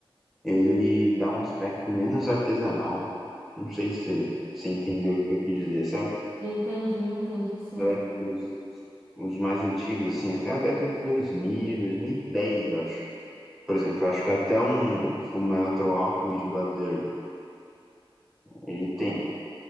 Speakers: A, in the centre; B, on the right.
A: ele dá um aspecto menos artesanal. Não sei se você entendeu o que eu quis dizer, sabe?
B: Entendi, entendi sim.
A: né, os, os, os mais antigos, assim, até a década de 2000, 2010, eu acho. Por exemplo, eu acho que até um Fullmetal Alchemist Brother, ele tem